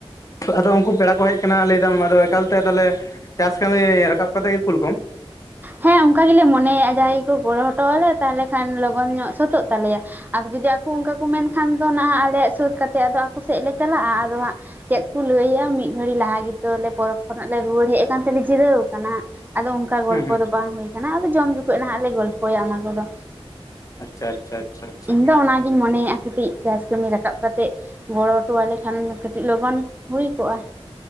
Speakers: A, on the left; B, on the right.
A: ᱟᱫᱚ ᱩᱱᱠᱩ ᱯᱮᱲᱟ ᱠᱚ ᱦᱮᱡ ᱟᱠᱟᱱᱟ ᱞᱟᱹᱭᱫᱟᱢ ᱟᱫᱚ ᱮᱠᱟᱞᱛᱮ ᱛᱟᱞᱮ ᱪᱟᱥ ᱠᱟᱹᱢᱤ ᱨᱟᱠᱟᱵ ᱠᱟᱛᱮᱫ ᱜᱮ ᱠᱩᱞ ᱠᱚᱢ᱾
B: ᱦᱮᱸ ᱚᱱᱠᱟ ᱜᱮᱞᱮ ᱢᱚᱱᱮᱭᱟ ᱡᱟᱦᱟᱸᱭ ᱠᱚ ᱜᱚᱲᱚ ᱦᱚᱴᱚᱣᱟᱞᱮ ᱛᱟᱦᱞᱮ ᱠᱷᱟᱱ ᱞᱚᱜᱚᱱ ᱧᱚᱜ ᱥᱟᱹᱛᱳᱜ ᱛᱟᱞᱮᱭᱟ᱾ ᱟᱫᱚ ᱡᱩᱫᱤ ᱟᱠᱚ ᱚᱱᱠᱟ ᱠᱚ ᱢᱮᱱᱠᱷᱟᱱ ᱫᱚ ᱱᱟᱸᱦᱟᱜ ᱟᱞᱮᱭᱟᱜ ᱥᱟᱹᱛ ᱠᱟᱛᱮᱫ ᱟᱫᱚ ᱟᱠᱚ ᱥᱮᱫ ᱞᱮ ᱪᱟᱞᱟᱜᱼᱟ ᱟᱫᱚ ᱦᱟᱸᱜ᱾ ᱪᱮᱫ ᱠᱚ ᱞᱟᱹᱭᱟ ᱢᱤᱫ ᱜᱷᱟᱹᱲᱤᱡ ᱞᱟᱦᱟ ᱜᱮᱛᱚ ᱞᱮ ᱯᱚᱨᱚᱵ ᱠᱷᱚᱱᱟᱜ ᱞᱮ ᱨᱩᱣᱟᱹᱲ ᱦᱮᱡ ᱠᱟᱱ ᱛᱮᱞᱮ ᱡᱤᱨᱟᱹᱣ ᱠᱟᱱᱟ ᱟᱫᱚ ᱚᱝᱠᱟ ᱜᱚᱞ
A: ᱦᱩᱸ ᱦᱩᱸ
B: ᱵᱟᱝ ᱦᱩᱭ ᱠᱟᱱᱟ ᱟᱫᱚ ᱡᱚᱢ ᱡᱚᱠᱷᱚᱡ ᱱᱟᱦᱟᱜ ᱞᱮ ᱜᱚᱞᱯᱚᱭᱟ ᱚᱱᱟ ᱠᱚᱫᱚ᱾
A: ᱟᱪᱪᱷᱟ ᱟᱪᱪᱷᱟ ᱟᱪᱪᱷᱟ ᱟᱪᱪᱷᱟ
B: ᱤᱧ ᱫᱚ ᱚᱱᱟᱜᱤᱧ ᱢᱚᱱᱮᱭᱮᱜᱼᱟ ᱠᱟᱹᱴᱤᱡ, ᱪᱟᱥ ᱠᱟᱹᱢᱤ ᱨᱟᱠᱟᱵ ᱠᱟᱛᱮᱜ ᱜᱚᱲᱚ ᱦᱚᱴᱚᱣᱟᱞᱮ ᱠᱷᱟᱱ ᱠᱟᱹᱴᱤᱡ ᱞᱚᱜᱚᱱ ᱦᱩᱭ ᱠᱚᱜᱼᱟ᱾